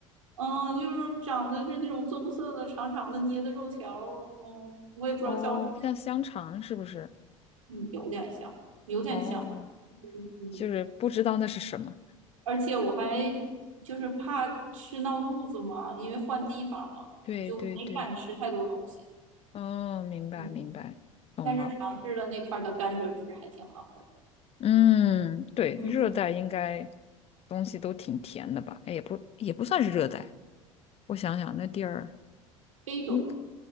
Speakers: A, on the right (about 75°); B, on the left (about 35°).
A: 嗯，就是长得是那种棕色的、长长的捏的肉条儿嗯，我也不知道叫什么，
B: 哦，像香肠是不是？
A: 嗯，有点像，有点像，
B: 哦，
A: 嗯。
B: 就是不知道那是什么。
A: 而且我还就是怕吃闹肚子嘛，因为换地方了，
B: 对对对，
A: 就没敢吃太多东西。
B: 哦，明白明白，
A: 嗯，
B: 懂了。
A: 但是尝试了那块儿的甘蔗汁，还挺好喝的。
B: 嗯，对，
A: 嗯，
B: 热带应该东西都挺甜的吧？哎，也不也不算是热带，我想想，那地儿
A: 非洲，
B: 应